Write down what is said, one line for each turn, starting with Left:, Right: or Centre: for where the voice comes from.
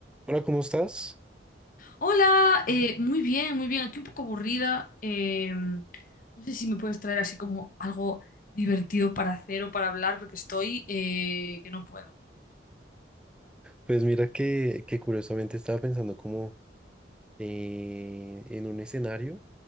Centre: Hola, ¿cómo estás?
Left: Hola, eh, muy bien, muy bien. Aquí un poco aburrida. em, no sé si me puedes traer así como algo divertido para hacer o para hablar, porque estoy eh, que no puedo.
Centre: Pues mira que, que curiosamente estaba pensando como eh, en un escenario